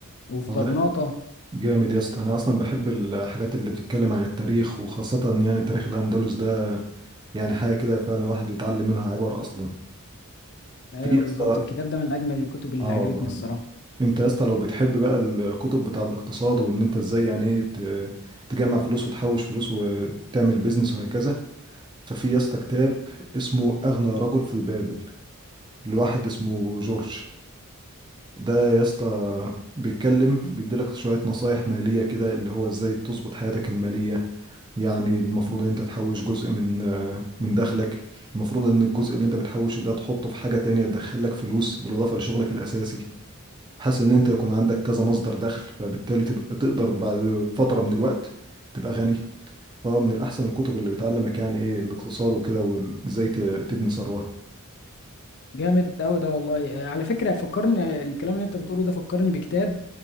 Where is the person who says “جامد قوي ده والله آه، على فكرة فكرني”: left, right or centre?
Left